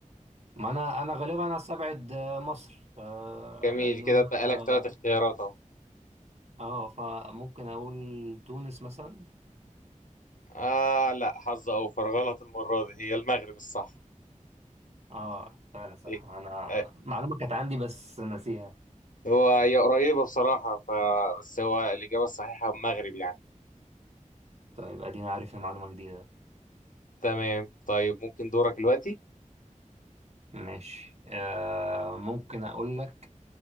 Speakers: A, on the right (about 50°); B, on the left (about 80°).
A: ما انا انا غالبا استبعد آه، مصر آه
B: جميل
A: لان
B: كده
A: انا
B: اتبقى
A: اه
B: لك ثلاث اختيارات أهو
A: آه، فممكن اقول تونس مثلا
B: آه لا حظ أوفر غلط المرة دي هي المغرب الصح
A: اه فعلا صح
B: إيه؟
A: انا
B: آه،
A: معلومه كانت عندي بس ناسيها
B: هو هي قريبة بصراحة ف بس هو الإجابة الصحيحة المغرب يعني
A: طيب ادينا عارفها معلومه جديده
B: تمام طيب ممكن دورك دلوقتي
A: ماشي آه ممكن اقول لك